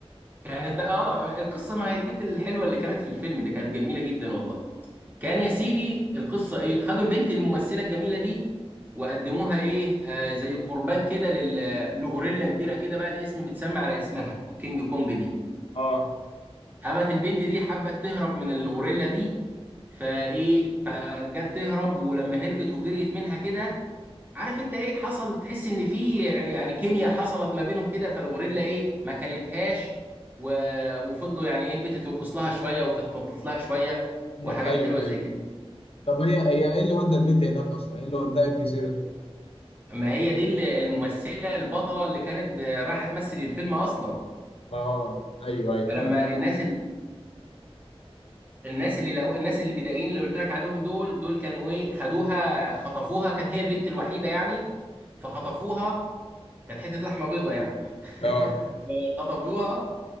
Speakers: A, on the right; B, on the left.
A: كانت بقى اه القصه ما هي البت الحلوه اللي كانت في الفيلم ده كانت جميله جدا والله كان يا سيدي القصه ايه خدوا البنت الممثله الجميله دي وقدموها ايه آه زي قربان كده لل- لغوريلا كبيره كده بقى الاسم متسمى على اسمها الكينج كونج دي
B: اه
A: قامت البنت دي حبت تهرب من الغوريلا دي فايه فجت تهرب ولما هربت وجريت منها كده عارف انت ايه حصل تحس ان في يعني كيمياء حصلت ما بينهم كده فالغوريلا ايه ما كلتهاش و... وفضلوا يعني ايه البنت ترقص لها شويه وتتطلط لها شويه
B: مم،
A: وحاجات
B: ايوه
A: حلوه زي
B: ايوه
A: كده
B: طب هي هي ايه اللي ودى البنت هناك اصلا؟ ايه اللي وداها الجزيرة دي؟
A: ما هي دي ال- الممثلة البطلة اللي كانت ب- رايحة تمثل الفيلم أصلا
B: اه ايوه ايوه
A: فلما
B: ايوه
A: الناس ال... الناس اللي لقوا الناس اللي بدائيين اللي قلت لك عليهم دول دول كانوا إيه خدوها خطفوها كانت هي البنت الوحيدة يعني فخطفوها كانت حتة لحمة بيضة يعني <laughs>
B: اه
A: فخطفوها